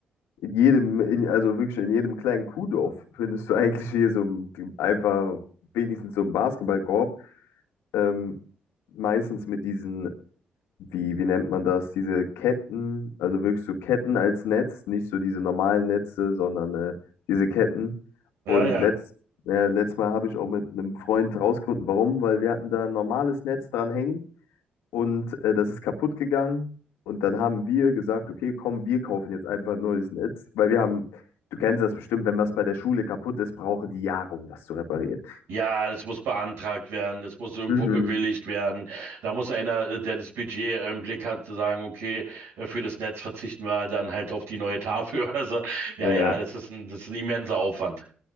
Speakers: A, on the left (about 80°); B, on the right (about 75°).
A: in jedem, in, also wirklich in jedem kleinen Kuhdorf <laughs> findest du eigentlich hier so ein- einfach wenigstens so einen Basketballkorb. Ähm, meistens mit diesen, wie, wie nennt man das, diese Ketten, also wirklich so Ketten als Netz, nicht so diese normalen Netze, sondern äh, diese Ketten.
B: Ja,
A: Und
B: ja.
A: letzt, ja, letztes Mal habe ich auch mit einem Freund rausgefunden, warum, weil wir hatten da ein normales Netz dran hängen. Und äh, das ist kaputt gegangen. Und dann haben wir gesagt, okay, komm, wir kaufen jetzt einfach ein neues Netz, weil wir haben, du kennst das bestimmt, wenn was bei der Schule kaputt ist, brauchen die Jahre, um das zu reparieren.
B: Ja, das muss beantragt werden, das muss irgendwo
A: Mhm.
B: bewilligt werden. Da muss einer, äh, der das Budget im Blick hat, sagen, okay, äh, für das Netz verzichten wir halt dann halt auf die neue Tafel. <laughs> Also, ja,
A: Ja.
B: ja, das ist ein, das ist ein immenser Aufwand.